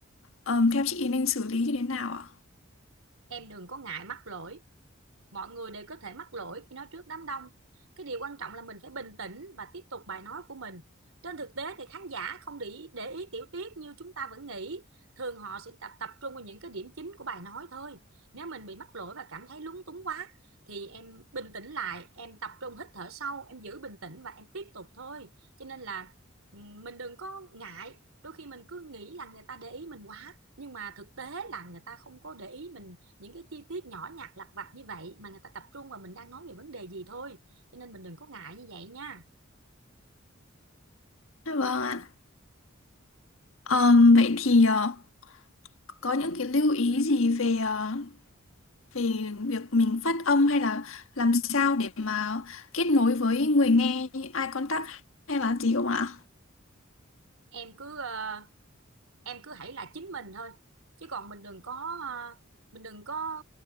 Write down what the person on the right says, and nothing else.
em đừng có ngại mắc lỗi mọi người đều có thể mắc lỗi khi nói trước đám đông cái điều quan trọng là mình phải bình tĩnh và tiếp tục bài nói của mình trên thực tế thì khán giả không để ý, để ý tiểu tiết như chúng ta vẫn nghĩ thường họ sẽ tập tập trung vào những cái điểm chính của bài nói thôi nếu mình bị mắc lỗi và cảm thấy lúng túng quá thì em bình tĩnh lại em tập trung hít thở sâu em giữ bình tĩnh và em tiếp tục thôi cho nên là mình đừng có ngại đôi khi mình cứ nghĩ là người ta để ý mình quá nhưng mà thực tế là người ta không có để ý mình những cái chi tiết nhỏ nhặt lặt vặt như vậy mà người ta tập trung vào mình đang nói về vấn đề gì thôi cho nên mình đừng có ngại như vậy nha
em cứ ờ, em cứ hãy là chính mình thôi chứ còn mình đừng có ờ, mình đừng có